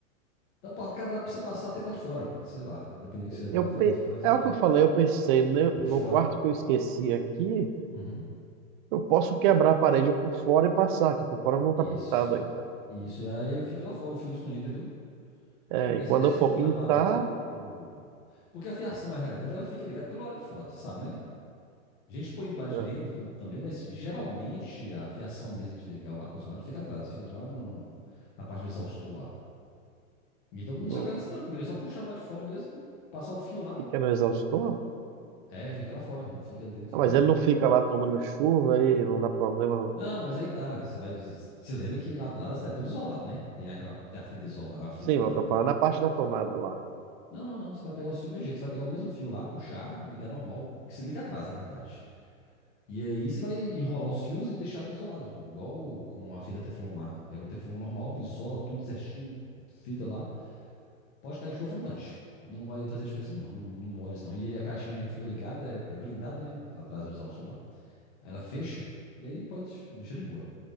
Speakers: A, on the left (about 50°); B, on the right (about 40°).
A: Dá pra, dá pra você passar até lá de fora. Sei lá, dependendo que você vai
B: eu,
A: ter,
B: pe-
A: vai, vai ficar
B: é o que eu falei, eu pensei, no,
A: por
B: no
A: fora.
B: quarto que eu esqueci aqui,
A: Uhum.
B: eu posso quebrar a parede por fora e passar, que por fora não tá
A: Isso.
B: pintado ainda.
A: Isso. E aí fica lá fora o fio escondido, entendeu?
B: É,
A: Aí
B: e quando
A: você decide
B: eu for
A: pôr
B: pintar,
A: na parede ou. Porque a fiação, na realidade, ela fica ligada pelo lado de fora, você sabe, né? A gente põe lá de
B: é,
A: dentro também, mas geralmente a fiação mesmo de ligar o ar-condicionado fica atrás, fica lá no, na parte do exaustor lá. Então, no
B: não,
A: seu caso, vai ser tranquilo, é só puxar pra lá de fora mesmo, passar o fio lá,
B: fica no exaustor.
A: É, fica lá fora, não fica dentro
B: Ah, mas
A: no,
B: ele
A: no-
B: não fica lá tomando chuva e não dá problema. não.
A: Não, mas aí tá. Você vai. Você lembra que lá atrás é tudo isolado, né? Tem aquela tem a fita isolada, a fita.
B: Sim, mas eu tô falando na parte da tomada lá.
A: Não, não, não. Você vai pegar o fio do mesmo jeito. Você vai pegar o mesmo fio lá, puxar, ligar normal, que se liga atrás, na realidade. E aí você vai enrolar os fios e deixar isolado, igual com a fita Teflon lá. Pega o Teflon normal, isola tudo certinho, fita lá. Pode cair chuva à vontade. Não vai fazer diferença nenhuma, não, não molha isso não. E aí a caixinha que fica ligada é, é blindada, né? Atrás no exaustor lá. Aí ela fecha e aí pode deixar de boa.